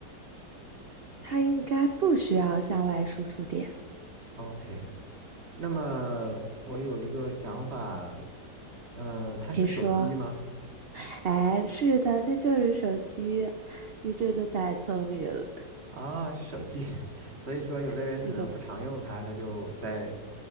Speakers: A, on the right; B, on the right.
A: 它应该不需要向外输出电。
B: ？OK，那么我有一个想法，嗯、它是手机吗？
A: 你说，哎，是的，它就是手机。你真的太聪明了。
B: 啊，是手机，<laughs> 所以说有的人可能不常用它，
A: 是的，
B: 它就在